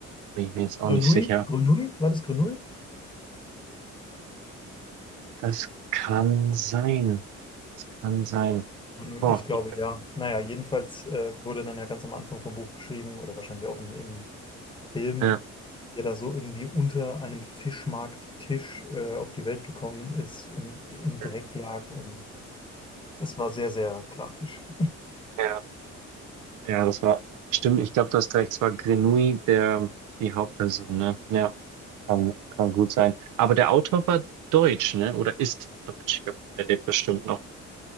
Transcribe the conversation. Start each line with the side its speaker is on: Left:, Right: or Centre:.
Right: Bin ich mir jetzt auch
Left: Grenouille?
Right: nicht sicher.
Left: Grenouille? War das Grenouille?
Right: Das kann sein. Das kann sein.
Left: Grenouille,
Right: Boah,
Left: ich glaube
Right: ich,
Left: ja. Naja, jedenfalls äh, wurde dann ja ganz am Anfang vom Buch beschrieben oder wahrscheinlich auch im, im Film,
Right: ja,
Left: der da so irgendwie unter einem Fischmarkttisch äh, auf die Welt gekommen ist und im
Right: ja,
Left: Dreck lag. Und das war sehr, sehr grafisch.
Right: ja, ja, das war, stimmt, ich glaube, du hast recht, es war Grenouille, der, die Hauptperson, ne? Ja, kann, kann gut sein. Aber der Autor war deutsch, ne? Oder ist deutsch. ge- Der lebt bestimmt noch.